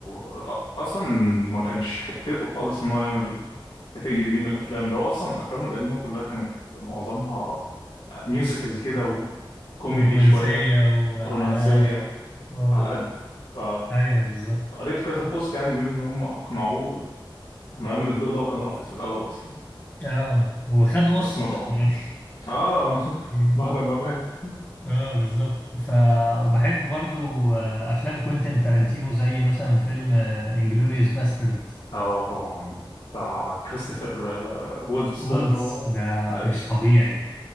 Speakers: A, on the left; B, on the left.
A: آه، اصلا ما كانش حتته خالص ان هو يعمل الكاتيجوري دي من الافلام ده هو اصلا افلامه القديمه كلها كانت معظمها ميوزيكال كده وكوميدي
B: ورومانسيه
A: شويه
B: وعلى
A: ورومانسيه
B: اه اه
A: على قد ف
B: ايوه بالظبط
A: قريت كذا بوست يعني بيقول ان هم اقنعوه انه يعمل الدور ده وكان رافض في الاول اصلا
B: اه هو خد اوسكار
A: بس ما طبعا
B: يعني
A: اه <laughs>
B: <laughs> مم.
A: بعد ما مات
B: اه بالظبط فبحب برضو آه، افلام كوينتين تارانتينو زي مثلا فيلم انجلوريوس باسترد
A: اه طبعا بتاع كريستوفر آه، وولتس
B: وولز
A: ده اللي هو
B: ده
A: ايوه
B: مش طبيعي